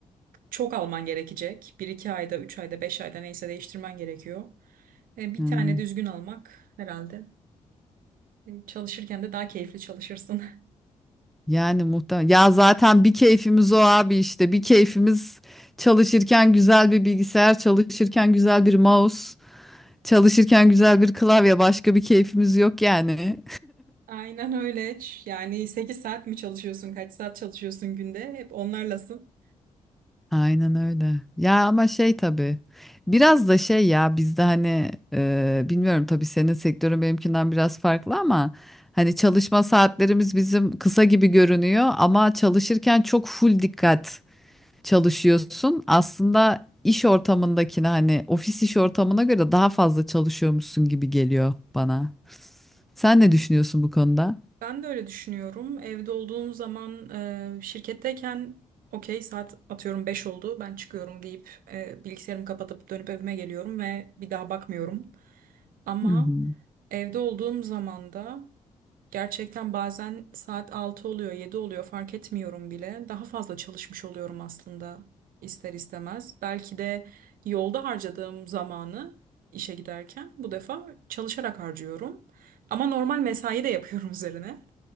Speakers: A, on the right; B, in the centre.
A: çok alman gerekecek. Bir iki ayda, üç ayda, beş ayda neyse değiştirmen gerekiyor. E, bir
B: Aynen.
A: tane düzgün almak herhalde. E, çalışırken de daha keyifli çalışırsın. <laughs>
B: Yani muhtemelen. Ya zaten bir keyfimiz o abi işte. Bir keyfimiz çalışırken güzel bir bilgisayar, çalışırken güzel bir mouse, çalışırken güzel bir klavye. Başka bir keyfimiz yok yani.
A: Aynen öyle. Ç- Yani 8 saat mi çalışıyorsun, kaç saat çalışıyorsun günde? Hep onlarlasın.
B: Aynen öyle. Ya ama şey tabii. Biraz da şey ya bizde hani e, bilmiyorum tabii senin sektörün benimkinden biraz farklı ama hani çalışma saatlerimiz bizim kısa gibi görünüyor ama çalışırken çok full dikkat çalışıyorsun. Aslında iş ortamındakine hani ofis iş ortamına göre daha fazla çalışıyormuşsun gibi geliyor bana. Sen ne düşünüyorsun bu konuda?
A: Ben de öyle düşünüyorum. Evde olduğum zaman e, şirketteyken okey saat atıyorum 5 oldu ben çıkıyorum deyip e, bilgisayarımı kapatıp dönüp evime geliyorum ve bir daha bakmıyorum. Ama
B: Hı hı.
A: evde olduğum zaman da gerçekten bazen saat 6 oluyor 7 oluyor fark etmiyorum bile. Daha fazla çalışmış oluyorum aslında ister istemez. Belki de yolda harcadığım zamanı işe giderken bu defa çalışarak harcıyorum. Ama normal mesai de yapıyorum <laughs> üzerine.